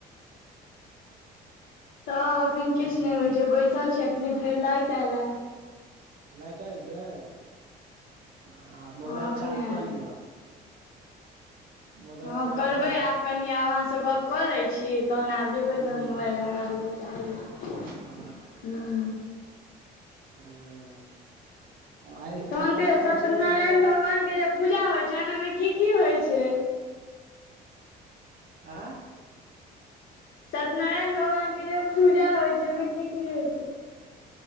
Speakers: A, on the left (about 65°); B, on the right (about 60°).
A: <unintelligible> तब एखन किछु नहि होइ छै बैसल छी अखने फेर लाइट एयल
B: लाइट आबि गेल आ मोबाइल
A: हँ एखने
B: चार्ज
A: एयलए
B: कऽ लिअ मोबाइल
A: हँ
B: चार्ज
A: करबै
B: कऽ लिअ
A: आब कनि आब अहाँसँ गप कऽ लै छी तहन आब जेबै
B: हूँ
A: तहन मोबाइल लगा देबै चार्जमे
B: ओ
A: हू
B: हँ तब आइ
A: तहन
B: आइ
A: केे
B: प्लान
A: सत्यनारायण
B: छै ओहि बेर
A: भगवान के जे पूजा होइ छनि ओहिमे की की होइ छै
B: आंय
A: सत्यनारायण भगवान के जे पूजा होइ छै ओहिमे की की होइ छै